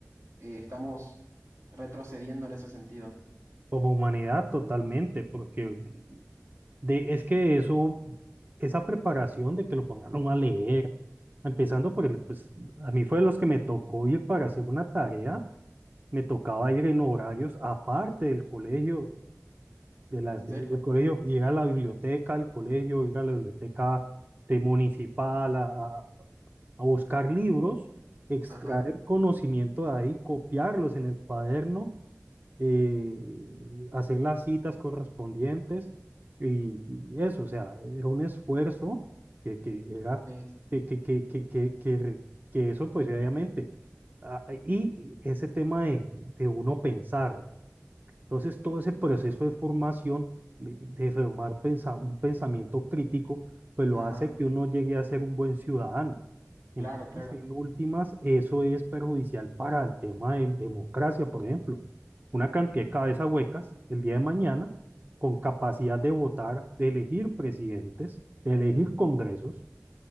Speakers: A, on the right (about 75°); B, on the right (about 40°).
A: eh, estamos retrocediendo en ese sentido.
B: Como humanidad, totalmente, porque de, es que eso, esa preparación de que lo pongan a leer, empezando por el, pues a mí fue de los que me tocó ir para hacer una tarea me tocaba ir en horarios aparte del colegio, de las
A: ¿En
B: de-
A: serio?
B: del colegio, ir a la biblioteca del colegio, ir a la biblioteca de municipal a, a- a buscar libros, extraer
A: Ajá.
B: conocimiento de ahí, copiarlos en el cuaderno eh, hacer las citas correspondientes y, y eso, o sea, era un esfuerzo que, que era,
A: Sí, sí. sí.
B: que, que, que, que, que, que re- que eso pues obviamente, ah, ah, y ese tema de, de uno pensar, entonces todo ese proceso de formación, de, de formar pensa- un pensamiento crítico, pues lo
A: Ajá.
B: hace que uno llegue a ser un buen ciudadano. Entonces,
A: Claro, claro.
B: en últimas, eso es perjudicial para el tema de democracia, por ejemplo. Una cantidad de cabezas huecas el día de mañana, con capacidad de votar, de elegir presidentes, de elegir congresos,